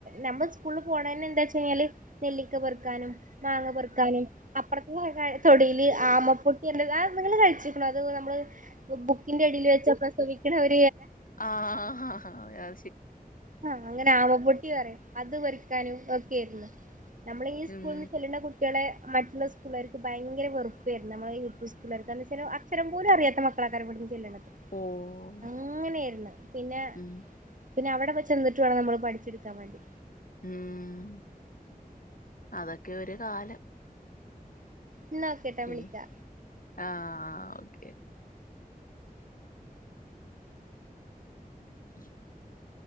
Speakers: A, on the right (about 55°); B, on the left (about 60°).
A: നമ്മളെ സ്കൂള് പോണെ എന്താ വെച്ച കഴിഞ്ഞാല് നെല്ലിക്ക പെറുക്കാനും മാങ്ങ പെറുക്കാനും അപ്പുറത്തെ തൊടിയില് ആമപ്പൊ ത് ആ നിങ്ങൾ കഴിച്ചിരിക്കണം അത് നമ്മൾ ബുക്കിന്റെ അടീൽ വെച്ചക്ക <unintelligible>
B: ആാാ ആാാാാ
A: ആഹ് അങ്ങനെ ആമപ്പൊട്ടി പറയും അത് വറിക്കാനും ഒക്കെയിരുന്നു നമ്മള ഈ സ്കൂളു
B: ഉം
A: ചെല്ലുന്ന കുട്ടികളെ മറ്റുള്ള സ്കൂളുകർക്ക് ഭയങ്കര വെറപ്പുായിരുന്നു നമ്മള് യു പി സ്കൂുകാർക്കാന്ന് വെച്ചാൽ അക്ഷരം പോലും അറിയാത്ത മ കള ക ചെല്ലുനത്
B: ഓഹ്
A: അങ്ങനെയായിരുന്നു പിന്നെ
B: ഉം
A: പിന്നെ അവിടെെ ചെന്നിട്ട് വേണം നമ്മൾ പഠിച്ചെടുക്കാൻേണ്ടി
B: ഉം അതൊക്കെ ഒരു കാലം
A: എന്നാ ഒ കെ ട്ടാ വിളിക്ക
B: ഈ ആഹ് ഓക്കെ <unintelligible>